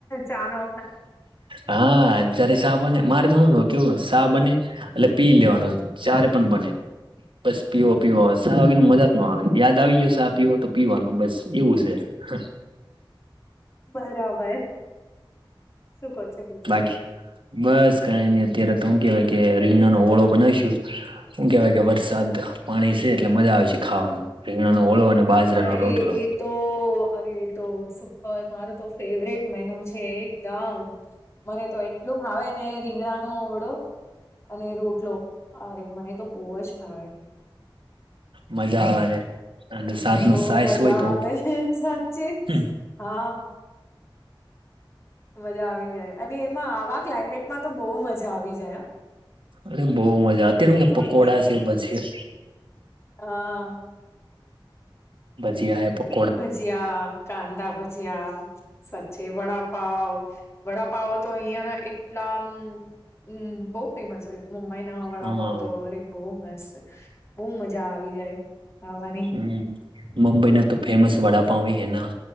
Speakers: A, on the left; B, on the right.
A: ચાનો
B: હા જ્યારે ચા બને મારે તો હુ કેવું શા બને એટલે પી લેવાનો જ્યારે પણ બને બસ પીવો પીવો સા વાગેની મજા જ ન આવે યાદ આવી ગયો શા પીવો તો પીવાનું બસ એવું સે. હ.
A: બરાબર શું કો છો બીજું
B: બાકી
A: બોલો?
B: બસ કાઈની અત્યારે તો હું કેવાય કે રીગણનો ઓળો બનાવીશું. હું કેવાય કે વરસાદ પાણી છે એટલે મજા આવસે ખાવાની રીંગણાનો ઓલો અને બાજરાનો
A: અરે
B: રોટલો
A: એ તો અરે તો સુપર મારો તો ફેવરેટ મેનુ છે એ દમ મને તો એટલું ભાવે ને રીંગણાનો ઓડો અને રોટલો. અરે મને તો બહુ જ ભાવે.
B: મજા આવેને અને સાથમાં
A: બહું
B: સાઈસ
A: મજા
B: હોય તો
A: આવે સાચે
B: હમ,
A: હા મજા આવી જાય અને એમાં આવા ક્લાયમેટમાં તો બહુ મજા આવી જાય હ
B: અરે બહુ મજા અત્યારે હું કે પકોડા
A: ઓર
B: છે પછી
A: અહા
B: ભજીયા હે પક
A: ભજીયા, કાંદા ભજીયા સાચે વડાપાવ વડાપાવ તો અહિયાંના એટલામ હમ્મ બઉ ફેમસ હોય મુંબઈના વડાપાવતો
B: હા
A: અરે બહુ મસ્ત બહુ મજા આવી જાય ખાવાની
B: હ મુંબઈ ના તો ફેમસ વડાપાવ હી હેના